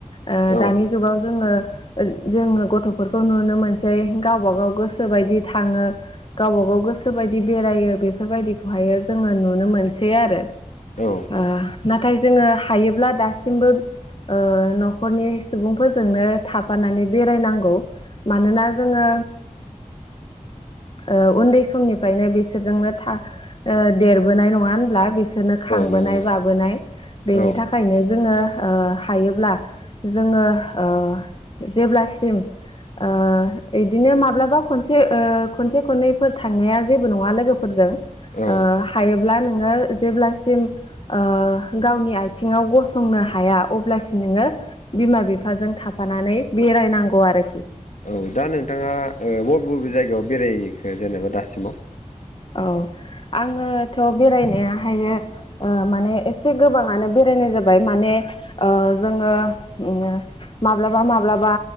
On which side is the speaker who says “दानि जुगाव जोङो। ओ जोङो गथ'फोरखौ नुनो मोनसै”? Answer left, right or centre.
Left